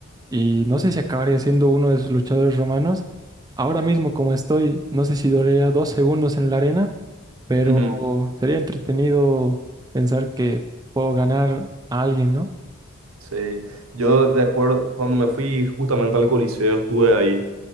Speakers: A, on the right; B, on the right.
A: y no sé si acabaría siendo uno de esos luchadores romanos. Ahora mismo como estoy, no sé si duraría dos segundos en la arena, pero
B: Ujú.
A: sería entretenido pensar que puedo ganar a alguien, ¿no?
B: Sí, yo de acuerdo, cuando me fui justamente al Coliseo, estuve ahí.